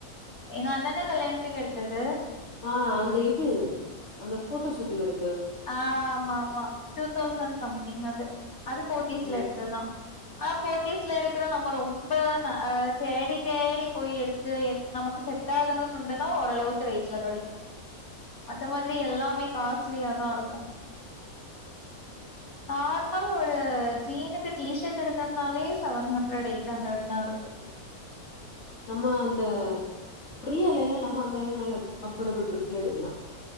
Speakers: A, on the left; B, on the left.
A: எங்க அண்ணனே கல்யாணத்துக்கு எடுத்தது
B: ஆ அந்த இது அந்த ஃபோட்டோ ஷூட்டு கிட்ட
A: ஆ ஆமா ஆமா டூ தௌசண்ட் சம் என்னது அது போத்தீஸ்ல
B: ம்
A: எடுத்தது தா ஆ போத்தீஸ்ல எடுக்றோ நம்ம ரொம்ப ந அ தேடி தேடி போய் எடுத்து நமக்கு செட் ஆகணூண்டுன்னா ஓரளவுக்கு ரேட்ல கிடைக்கூ மத்த மாத்ரி எல்லாமே காஸ்ட்லி லாருக்கூ நார்மல் ஒரு ஜீனுக்கு டீஷர்ட் எடுக்கன்னாலே செவன் ஹண்ட்ரட் எயிட் ஹண்ட்ரட் தா இருக்கு
B: நம்ம அந்த ப்ரீ அலைல லெஹங்கால்லா நல்லா கம்ஃபர்டபிள் ட்ரெஸ்ல எடுக்லா